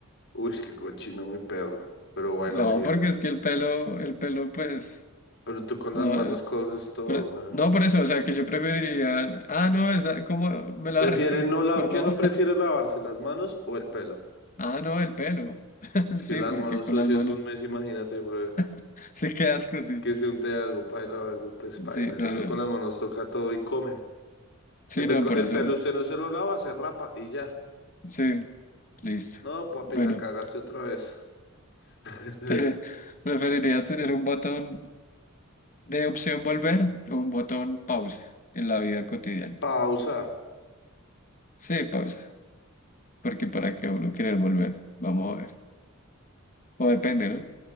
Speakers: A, on the left (about 55°); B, on the left (about 40°).
A: Uy, qué cochino mi perro. Pero bueno,
B: No,
A: sí.
B: porque
A: ah.
B: es que el pelo, el pelo, pues,
A: Pero tú con
B: no,
A: las manos coges todo,
B: pero-
A: weón.
B: no por eso, o sea, que yo preferiría, ah, no, esa, ¿cómo me la
A: ¿Prefiere
B: repites,
A: no la...
B: por
A: ¿Qué
B: favor?
A: no prefiere
B: <laughs>
A: lavarse, las manos o el pelo?
B: Ah, no, el pelo, <laughs>
A: Es
B: sí,
A: que las
B: porque
A: manos
B: con
A: sucias
B: las manos,
A: un mes, imagínate, bro.
B: <laughs> sí, qué asco, sí,
A: Que se unte algo, paila o algo, pues paila.
B: sí, no,
A: Y uno
B: no,
A: con
B: no,
A: las manos toca todo y come.
B: sí,
A: En vez
B: no,
A: con
B: por
A: el
B: eso,
A: pelo usted no se lo lava, se rapa y ya.
B: sí, listo.
A: No, papi,
B: Bueno,
A: la cagaste otra vez. <laughs>
B: <laughs> te- ¿preferirías tener un botón de opción volver o un botón pausa en la vida cotidiana?
A: Pausa.
B: Sí, pausa, porque para qué uno querer volver, vamos a ver, o depende, ¿no?